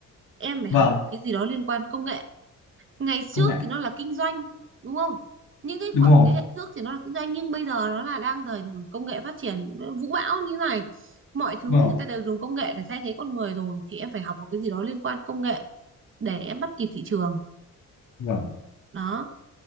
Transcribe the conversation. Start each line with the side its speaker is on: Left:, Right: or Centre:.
Right: em phải
Left: vâng
Right: học cái gì đó liên quan công nghệ ngày trước
Left: công nghệ
Right: thì nó là kinh doanh đúng không những cái
Left: đúng
Right: khoảng
Left: rồi
Right: thế hệ trước thì nó là kinh doanh nhưng bây giờ nó là đang thời buổi công nghệ phát triển vũ bão như này mọi thứ
Left: vâng
Right: người ta đều dùng công nghệ để thay thế con người rồi thì em phải học một cái gì đó liên quan công nghệ để em bắt kịp thị trường
Left: vâng
Right: đó